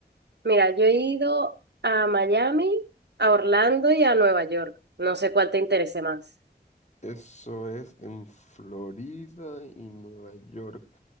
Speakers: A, on the right (about 80°); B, on the left (about 40°).
A: Mira, yo he ido a Miami, a Orlando y a Nueva York. No sé cuál te interese más.
B: Eso es en Florida y Nueva York.